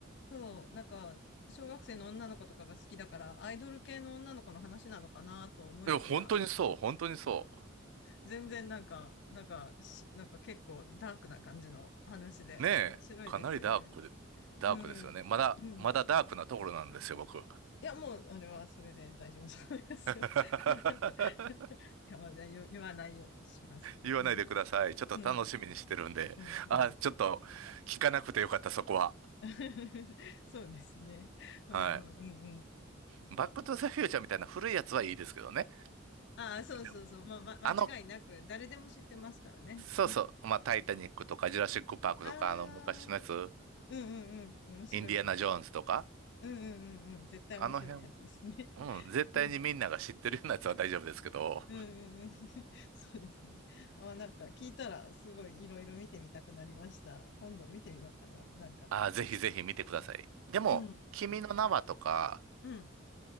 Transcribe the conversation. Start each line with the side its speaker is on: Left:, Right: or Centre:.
Left: そう、なんか、小学生の女の子とかが好きだから、アイドル系の女の子の話なのかなと思いきや、
Right: いや、本当にそう、本当にそ
Left: 全然なんか、なんかし、なんか結構ダークな感じの話で、
Right: う。ねえ、
Left: 面白いですよね。
Right: かなりダークで、ダークですよね。
Left: うん。
Right: まだ、
Left: うん。
Right: まだダークなところなんですよ、僕。
Left: いや、もう、あれはそれで大丈夫そうですよ。
Right: <laughs>
Left: <laughs> いやまあ言言わないようにしますね。
Right: 言わないでください。
Left: うん。
Right: ちょっと楽しみにしてるんで。
Left: うん。うん。うん。
Right: あ、ちょっと聞かなくてよかった、そこは。
Left: <laughs> そうですね。うんうんうんうん。
Right: はい。バックトゥザフューチャーみたいな古いやつはいいですけどね。
Left: ああ、そうそうそう。
Right: じゃ
Left: まあ、ま、間違いなく、
Right: あの、
Left: 誰でも知ってますからね。
Right: そうそう、
Left: うん。
Right: まあ、タイタニックとか、ジュラシックパークとか、
Left: ああ、
Right: あの、昔のやつ、
Left: うんうんうん。面白いですね。
Right: インディアナ・ジョーンズとか、
Left: うんうんうんうん。絶対面白いやつですね。
Right: あの辺、うん、絶対にみんなが知ってるようなやつは大丈夫ですけど、
Left: うんうんうんうん。<laughs> そうですね。ああ、なんか聞いたら、すごいいろいろ見てみたくなりました。今度見てみようかな。なんか。
Right: あ、ぜひぜひ見てください。でも、
Left: うん。
Right: 君の名はとか、
Left: うん。